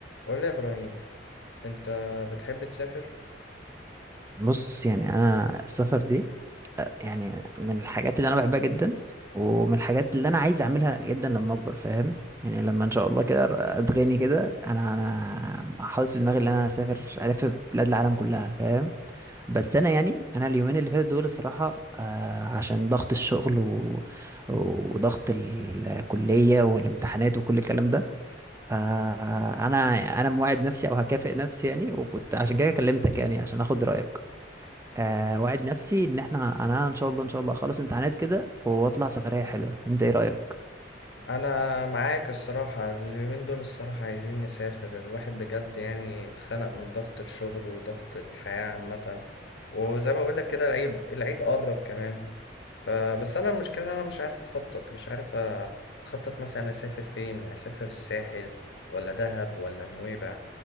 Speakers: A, on the left; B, on the right.
A: قول لي يا ابراهيم انت بتحب تسافر
B: بص يعني انا السفر دي يعني من الحاجات اللي انا بحبها جدا ومن الحاجات اللي انا عايز اعملها جدا لما اكبر فاهم يعني لما ان شاء الله كده اتغني كده انا انا حاطط في دماغي ان انا اسافر الف بلاد العالم كلها فاهم بس انا يعني انا اليومين اللي فاتوا دول الصراحه آه عشان ضغط الشغل و... وضغط الكليه والامتحانات وكل الكلام ده فانا انا موعد نفسي او هكافئ نفسي يعني وكنت عشان كده كلمتك يعني عشان اخد رايك آه وعد نفسي ان احنا انا ان شاء الله ان شاء الله اخلص امتحانات كده واطلع سفرية حلوة انت ايه رأيك
A: انا معاك الصراحه اليومين دول الصراحه عايزين نسافر الواحد بجد يعني اتخنق من ضغط الشغل وضغط الحياه عامه وزي ما بقول لك كده العيد العيد قرب كمان فبس انا المشكله ان انا مش عارف اخطط مش عارف اخطط مثلا اسافر فين اسافر الساحل ولا دهب ولا نويبع